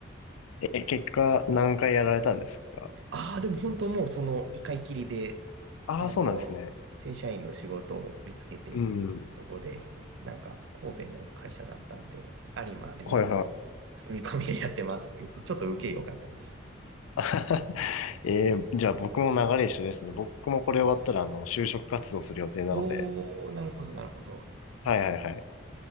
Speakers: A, on the left (about 85°); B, on the right (about 60°).
A: え、結果、何回やられたんですか
B: ああ、でも本当もうその一回きりで、
A: ああ、
B: あの、
A: そうなんですね。
B: 正社員の仕事を見つけて、
A: うん。
B: そこで、なんか神戸の会社だったんで、有馬で今、
A: はいは
B: 住み込みでやってますっていうと、ちょっと受け良かったです。
A: い。<laughs> えー、じゃあ僕も流れ一緒ですね。僕もこれ終わったら、あの、就職活動する予定なので。
B: おー、なるほど、なるほど。
A: はいはいはい。